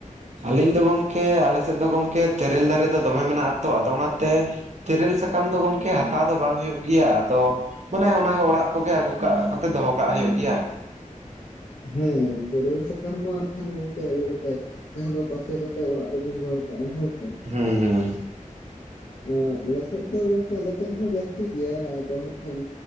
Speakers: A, on the right; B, on the left.
A: ᱟᱞᱤᱧ ᱫᱚ ᱜᱚᱢᱠᱮ ᱟᱞᱮ ᱥᱮᱫ ᱫᱚ ᱜᱚᱝᱠᱮ ᱛᱮᱨᱮᱞ ᱫᱟᱨᱮ ᱫᱚ ᱫᱚᱢᱮ ᱢᱮᱱᱟᱜ ᱟ ᱛᱚ ᱟᱫᱚ ᱚᱱᱟᱛᱮ, ᱛᱮᱨᱮᱞ ᱥᱟᱠᱟᱢ ᱫᱚ ᱜᱚᱝᱠᱮ ᱦᱟᱛᱟᱣ ᱫᱚ ᱵᱟᱝ ᱦᱩᱭᱩᱜ ᱜᱮᱭᱟ ᱟᱫᱚ᱾ ᱢᱟᱱᱮ ᱚᱱᱟ ᱚᱲᱟᱜ ᱠᱚᱜᱮ ᱟᱹᱜᱩ ᱠᱟᱜ ᱠᱟᱛᱮ ᱫᱚᱦᱚ ᱠᱟᱜ ᱦᱩᱭᱩᱜ ᱜᱮᱭᱟ᱾
B: ᱦᱮᱸ ᱛᱤᱨᱮᱞ ᱥᱟᱠᱟᱢ ᱫᱚ ᱦᱟᱸᱜ ᱠᱷᱟᱱ ᱜᱚᱝᱠᱮ ᱟᱹᱜᱩ ᱠᱟᱛᱮ, ᱡᱟᱦᱟᱸ ᱫᱚ ᱛᱟᱥᱮ ᱠᱟᱛᱮ ᱚᱲᱟᱜ ᱨᱮᱵᱤᱱ ᱫᱚᱦᱚ ᱠᱟᱜᱼᱟ ᱦᱮᱸᱥᱮ᱾
A: ᱦᱮᱸ ᱦᱮᱸ᱾
B: ᱟ ᱟᱞᱮᱥᱮᱫ ᱫᱚ ᱜᱚᱝᱠᱮ ᱟᱞᱮᱥᱮᱫ ᱦᱚᱸ ᱡᱟᱹᱥᱛᱤ ᱜᱮᱭᱟ ᱟᱫᱚ ᱦᱟᱸᱜ ᱠᱷᱟᱱ